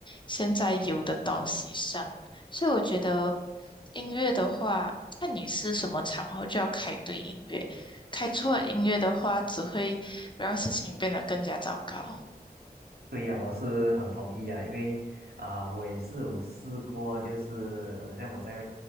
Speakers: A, on the left (about 30°); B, on the right (about 70°).
A: 现在有的东西上。所以我觉得。音乐的话，看你是什么场合就要开对音乐，开错音乐的话，只会让事情变得更加糟糕。
B: 对呀，我是很同意啊，因为啊、我也是有试过，就是很像我在